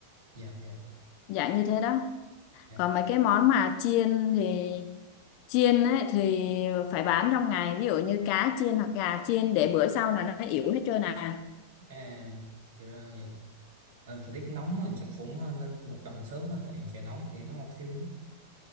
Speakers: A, on the right; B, on the left.
A: dạ dạ dạ
B: dạng như thế đó
A: dạ.
B: còn mấy cái món mà chiên thì chiên ấy, thì phải bán trong ngày ví dụ như cá chiên hoặc gà chiên để bữa sau là nó yếu hết trơn à
A: à thì ra vậy Ờ, thời tiết nóng thì chắc cũng ờ, nên bật lạnh sớm thôi tại trời nóng thì nó mau thiêu lắm.